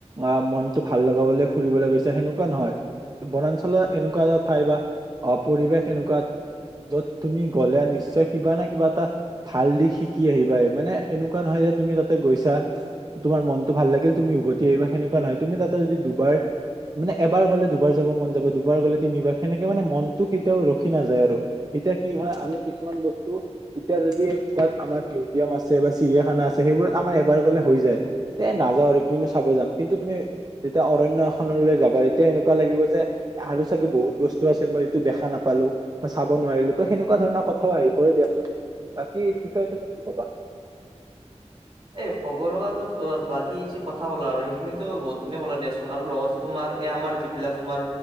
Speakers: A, on the right; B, on the right.
A: অ', মনটো ভাল লগাবলৈ ফুৰিবলৈ গৈছা সেনেকুৱা নহয়। বনাঞ্চলৰ এনেকুৱা এটা ঠাই বা অহ, পৰিৱেশ এনেকুৱা য'ত তুমি গ'লে নিশ্চয় কিবা নাই কিবা এটা ভাল দিশ শিকি আহিবায়ে। মানে এনেকুৱা নহয় যে তুমি তাতে গৈছা তোমাৰ মনতটো ভাল লাগিল তুমি উভতি আহিবা সেনেকুৱা নহয়, তুমি তাতে যদি দুবাৰ মানে এবাৰ গ'লে দুবাৰ যাব মন যাব। দুবাৰ গ'লে তিনিবাৰ, সেনেকে মানে মনতো কেতিয়াও ৰখি নাযায় আৰু এতিয়া কি হয়, আমি কিছুমান বস্তু এতিয়া যদি ক'ৰবাত আমাৰ মিউজিয়াম আছে বা চিৰিয়াখানা আছে সেইবোৰত আমাৰ এবাৰ গ'লে হৈ যায়। এ, নাযাওঁ আৰু কিনো চাব যাম কিন্তু তুমি তেতিয়া অৰণ্য এখনলৈ যাবা তেতিয়া এনেকুৱা লাগিব যে আৰু চাগে, বহুত বস্তু আছিল মই যিটো দেখা নাপালোঁ। চাব নোৱাৰিলোঁ ত' সেনেকুৱা ধৰণৰ কথাও আহি পৰে দিয়াচোন, বাকী এই বিষয়ে তুমি কি ক'বা?
B: এ, ক'ব লগাতো বাকী যি কথা ক'লা আৰু সেইখিনিটো বহুতখিনিয়ে ক'লা দেচোন আৰু লগত তোমাৰ এই আমাৰ যিবিলাক তোমাৰ